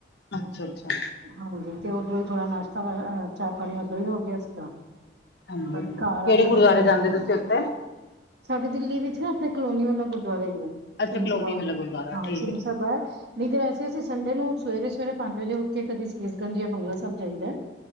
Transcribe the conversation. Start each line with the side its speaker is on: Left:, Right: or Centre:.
Left: ਅੱਛਾ-ਅੱਛਾ।
Right: ਹਾਂਜੀ ਤੇ ਓਦਰੋਂ ਈ ਥੋੜਾ ਨਾਸ਼ਤਾ, ਅ ਅ ਚਾਅ ਪਾਣੀ ਓਦਰੋਂ ਈ ਹੋ ਗਿਆ ਸੀਗਾ।
Left: ਹਾਂਜੀ-ਹਾਂਜੀ।
Right: ਬੱਸ ਘਰ
Left: ਕਿਹੜੇ
Right: ਆ ਕੇ
Left: ਗੁਰਦੁਆਰੇ
Right: ਬੱਚਿਆਂ
Left: ਜਾਂਦੇ
Right: <unintelligible>
Left: ਤੁਸੀਂ ਉੱਥੇ?
Right: ਸਾਡੇ ਦਿੱਲੀ ਵਿੱਚ ਨਾ ਅਪਨੇ ਕਲੋਨੀ ਵਾਲਾ ਗੁਰਦੁਆਰਾ ਈ ਐ,
Left: ਅੱਛਾ
Right: ਸਿੰਘ
Left: ਕਲੋਨੀ
Right: ਸਭਾ,
Left: ਵਾਲਾ ਗੁਰਦੁਆਰਾ
Right: ਹਾਂ
Left: ਠੀਕ
Right: ਸਿੰਘ
Left: ਹੈ,
Right: ਸਭਾ। ਨਹੀ ਤੇ ਵੈਸੇ ਅਸੀ ਸੰਡੇ ਨੂੰ ਸਵੇਰੇ-ਸਵੇਰੇ ਪੰਜ ਵਜੇ ਉਠ ਕੇ ਕਦੀ ਸੀਸਗੰਜ ਯਾ ਬੰਗਲਾ ਸੈਬ ਜਾਈਦੈ।